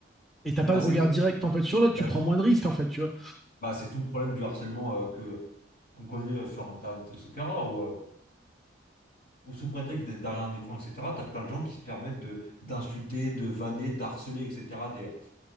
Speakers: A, in the centre; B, on the left.
A: Et t'as
B: bah
A: pas de
B: c'est
A: regard direct en fait sur l'autre,
B: il
A: tu
B: y a
A: prends
B: tout,
A: moins de risques en fait, tu vois.
B: bah, c'est tout le problème du harcèlement euh, que qu'on connaît euh, sur Internet, etc. Où, euh, où sous prétexte d'être derrière un écran, etc., t'as plein de gens qui se permettent de d'insulter, de vanner, d'harceler, etc. Des,